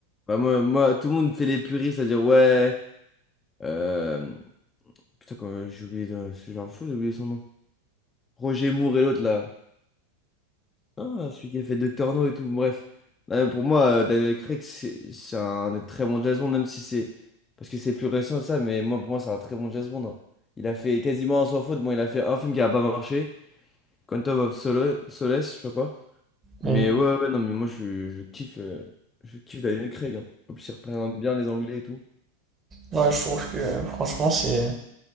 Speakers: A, on the left (about 15°); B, on the right (about 20°).
A: Bah, moi, moi, tout le monde fait les puristes, c'est-à-dire, ouais. euh, Putain, quand j'ai oublié, de... j'en fous, j'ai oublié son nom. Roger Moore et l'autre, là. Ah, celui qui a fait Doctor No et tout, bref. Là, pour moi, euh, Daniel Craig, c'est c'est un des très bon James Bond, même si c'est. Parce que c'est plus récent, ça, mais moi, pour moi, c'est un très bon James Bond. hein. Il a fait quasiment un sans faute. Bon, il a fait un film qui a pas marché, Quantum of Solo- Solace, je sais pas quoi.
B: Hmm.
A: Mais ouais, ouais, ouais, non, mais moi, je, je kiffe, euh, je kiffe Daniel Craig. hein. En plus, il représente bien les Anglais et tout.
B: Ouais, je trouve que euh, franchement, c'est